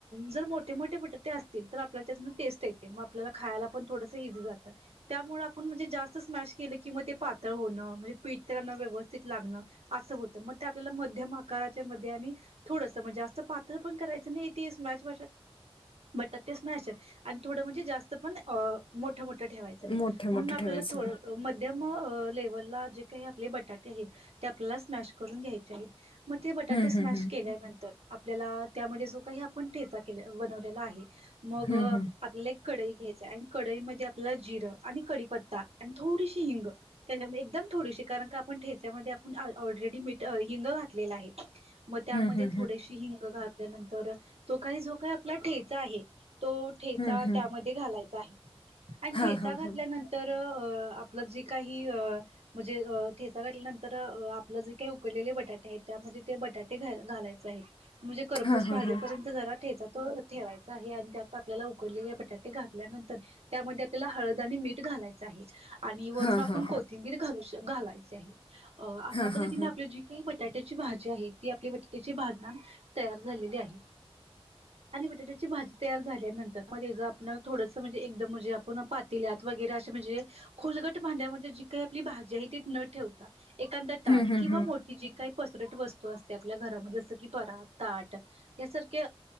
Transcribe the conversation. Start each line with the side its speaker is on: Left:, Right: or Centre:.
Right: जर मोठ मोठे बटाटे असतील, तर आपल्याला त्यातून टेस्ट येते. मग आपल्याला खायला पण थोडस इीजी जातं. त्यामुळे आपण म्हणजे जास्त स्मॅश केलं की मग ते पातळ होण, म्हणजे पीठ त्याला न व्यवस्थित लागण, असं होत. मग ते आपल्या मध्यम आकाराच्या मध्ये आणि थोडस म्हणजे जास्त पातळ पण करायचं नाही. ते स्मॅश बटाटे स्मॅश आहे आणि थोडं म्हणजे जास्त पण अं मोठ मोठ ठ ठेवायचं नाही.
Left: मोठे
Right: म्हणून
Left: मोठे
Right: आपल्याला
Left: ठेवायचं
Right: थोड
Left: नाही
Right: मध्यम अ लेवलला जे काही आपले बटाटे आहेत. ते आपल्या स्मॅश करून घ्यायचे आहेत मग ते बटाटे
Left: हम्म
Right: स्मॅश
Left: हम्म
Right: केल्यानंतर आपल्याला त्यामध्ये जो, काही आपण ठेचा केल बनवलेला आहे, मग
Left: हम्म
Right: आपल्या एक कढई घ्यायच आणि कडईमध्येध्ये आपला जिरं आणि कढी पत्ता आणि थोडीसी हिंग, त्याच्याम एकदम थोडीशी कारण का आपण ठेच्यामध्ये आपण ऑलरेडी मीठ हिंग घातलेला आहे. मग त्यामध्ये
Left: हम्म हम्म
Right: थोडेशी हिंग घातल्यानंतर तो काही जो काही आपला ठेचा आहे, तो ठेचा
Left: हम्म हम्म
Right: त्यामध्ये घालायचा आहे. आणि
Left: हा
Right: ठेचा
Left: हा
Right: घातल्यानंत
Left: हा
Right: तर अ आपलं जे काही म्हणजे ठेचा घातल्यानंतर अ आप आपलं जे काही उकडलेले बटाटे आहेत त्यामध्ये ते बटाटे घा घालायचे आहेत. म्हणजे खरपूस
Left: हा हा
Right: भाजेपर्यंत
Left: हा
Right: जरा ठेचात ठेवायचा आहे आणि त्यात आपल्याला उकडलेले बटाटे घातल्यानंतर त्यामध्ये आपल्याला हळद आणि मीठ तो घालायच आहे आणि वरून
Left: हा
Right: आपण
Left: हा हा
Right: कोथिंबीर घालू श घालायच आहे. अ असा
Left: हा
Right: पद्धतीने
Left: हा हा
Right: आपलं जी काही ब टाट्याची भाजी आहे ती आपली बटाट्याची भाजी ना तयार झालेली आहे. आणि बटाट्याची भाजी तयार झाल्यानंतर मध्ये जर आपलाला थोडस म्हणजे एकदम म्हणजे आप, वगैरे असे म्हणजे खोलगट भांड्यामध्ये जी काही आपली भाजी आहे ती न ठेवता एखांद ताट
Left: हम्म हम्म
Right: किंवा
Left: हम्म
Right: मोठी जी काही पसरट वस्तू असते आपल्या घरामध्ये जस की परात ताट यासारखे